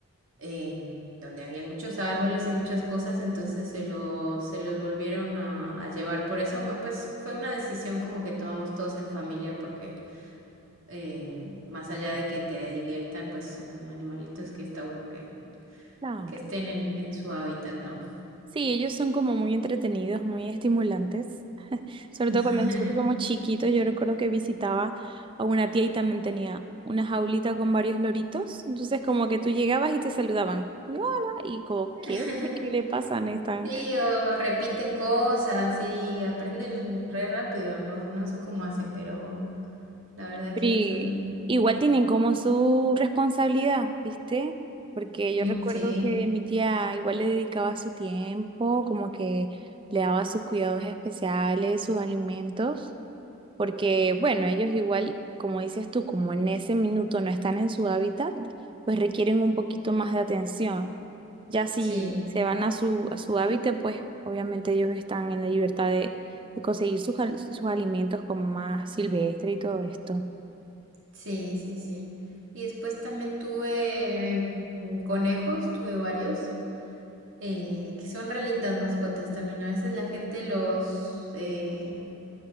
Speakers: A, on the right; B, on the right.
A: eh, donde habían muchos árboles y muchas cosas, entonces se los, se los volvieron a, a llevar por eso, ma- pues fue una decisión como que tomamos todos en familia, porque em, más allá de que te diviertan, pues son animalitos que está bueno que,
B: Claro.
A: que estén en, en su hábitat, ¿no?
B: Sí, ellos son como muy entretenidos, muy estimulantes. Sobre
A: <laughs>
B: todo cuando nosotros somos chiquitos, yo recuerdo que visitaba a una tía y también tenía una jaulita con varios loritos. Entonces, como que tú llegabas y te saludaban. Y, hola, y como,
A: <laughs>
B: ¿qué? <laughs> ¿Qué le pasa? No están.
A: Sí, o repiten cosas y aprenden re rápido, no, no sé cómo hacen, pero la verdad
B: Pero
A: que
B: i-
A: son...
B: igual tienen como su responsabilidad, ¿viste? Porque yo
A: Mm,
B: recuerdo
A: sí,
B: que mi tía igual le dedicaba su tiempo, como que le daba sus cuidados especiales, sus alimentos. porque bueno, ellos igual, como dices tú, como en ese minuto no están en su hábitat, pues requieren un poquito más de atención. Ya si
A: sí,
B: se van a su, a su hábitat, pues obviamente ellos están en la libertad de, de conseguir sus, al- sus alimentos como más silvestre y todo esto.
A: sí, sí, sí. Y después también tuve mm, conejos, tuve varios, eh, que son re lindas mascotas también. ¿no? A veces la gente los, eh,